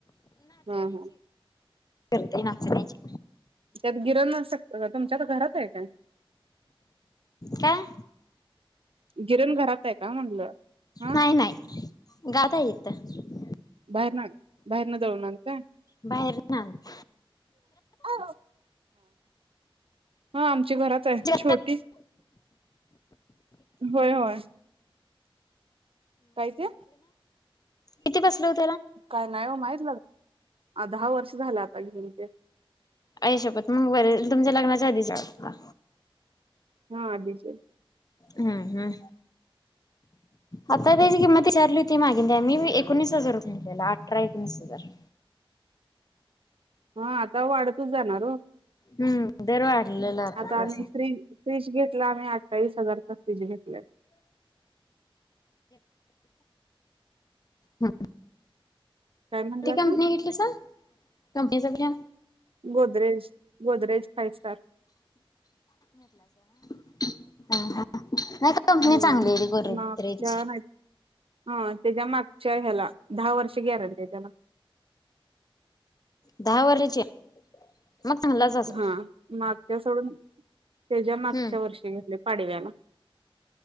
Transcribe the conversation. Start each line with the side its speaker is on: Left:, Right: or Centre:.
Right: हा हा.
Left: <unintelligible> नाचणीची
Right: त्यात गिरण <unintelligible> अ तुमच्या घरात आहे काय?
Left: काय
Right: गिरण घरात आहे का? म्हटलं हा
Left: नाही नाही. <unintelligible>
Right: बाहेर ना बाहेरन दळून आणता?
Left: <unintelligible>
Right: हा हा आमची घरात आहे
Left: का
Right: छोटी. होय होय काय ते?
Left: इथे बसल -
Right: काय नाही हो माहित. दहा वर्ष झालं आता घेऊन ते-
Left: आई शप्पथ मग बरये तुमच्या लग्नाच्या आधीच्याला-
Right: हा आधीचेे-
Left: हम्म हम् आता त्याची किंमत विचाारली होती मागे त्याला मी एकोणीस हजार रुपेला अठरा एकोणीस हजार-
Right: हा हां. ता वाढतच जाणार हो
Left: हम्म दर वाढलेला
Right: आता
Left: त्याचा.
Right: आम्ही फ्रीज फ्रीज घेतला आम्ही अठ्ठावीस हजाराचा फ्रीज घेतलाय
Left: हम.
Right: काय म्हणलासा
Left: लि कंपनी घेतली सांग - <unintelligible>
Right: गोदरेज गोदरेज फाय स्टार.
Left: ह हा. नाही त कंपनी
Right: हम्म
Left: चांगलीये ती गोदरेजची
Right: मागच्या नाही हा त्याच्या मागच्या ह्याला दहा वर्ष गॅरंटीये त्याला
Left: दहा वर्षाची? मग चांगलाच असेल
Right: हम्म मागच्या सोडून- त्याच्या मागच्या
Left: हम्म
Right: वर्षी घेतले पाडव्याला